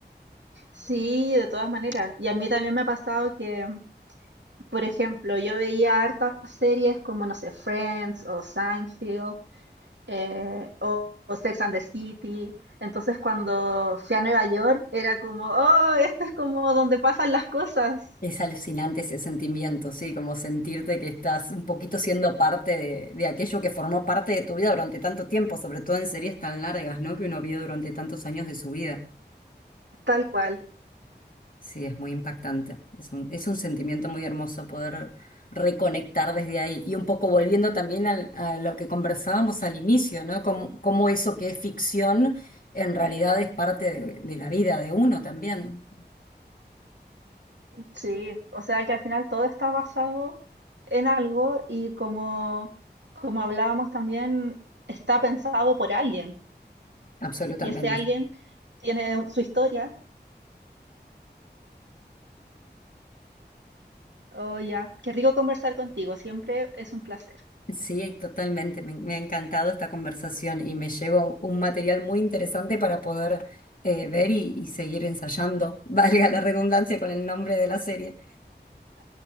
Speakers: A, on the right (about 80°); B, on the left (about 50°).
A: Sí, de todas maneras. Y a mí también me ha pasado que, por ejemplo, yo veía hartas series como, no sé, Friends o Seinfeld eh, o, o Sex and the City. Entonces cuando fui a Nueva York era como, oh, esto es como donde pasan las cosas,
B: Es alucinante ese sentimiento, sí, como sentirte que estás un poquito siendo parte de, de aquello que formó parte de tu vida durante tanto tiempo, sobre todo en series tan largas, ¿no? Que uno vio durante tantos años de su vida.
A: tal cual.
B: Sí, es muy impactante. Es un, es un sentimiento muy hermoso poder reconectar desde ahí. Y un poco volviendo también al- a lo que conversábamos al inicio, ¿no? Cómo, cómo eso que es ficción en realidad es parte de, de la vida de uno también.
A: Sí, o sea que al final todo está basado en algo y como, como hablábamos también, está pensado por alguien
B: Absolutamente.
A: y ese alguien tiene un- su historia. Oh, ya, qué rico conversar contigo, siempre es un placer.
B: Sí, totalmente. Me, me ha encantado esta conversación y me llevo un material muy interesante para poder eh, ver y, y seguir ensayando, <laughs> valga la redundancia con el nombre de la serie.